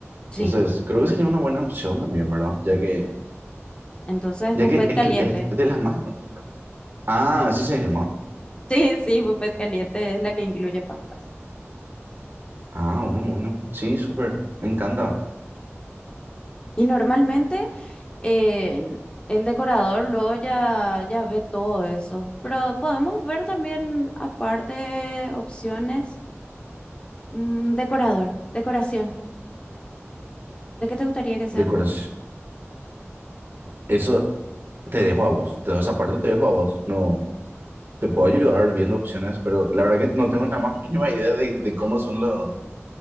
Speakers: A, on the left; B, on the right.
A: Sí.
B: Entonces, creo que sería una buena opción también, ¿verdad? Ya que,
A: Entonces,
B: ya
A: buffet
B: que es,
A: caliente.
B: es de las más... con- Ah, así se llama.
A: Sí, sí, buffet caliente es la que incluye pastas.
B: Ah, bueno, bueno. Sí, súper. Me encanta.
A: Y normalmente eh, el decorador luego ya, ya ve todo eso, pero podemos ver también aparte opciones, mm, decorador, decoración, ¿de qué te gustaría que sea?
B: Decoración. Eso te dejo a vos. Te, esa parte te dejo a vos. No, te puedo ayudar viendo opciones, pero la verdad que no tengo la más mínima idea de, de cómo son los,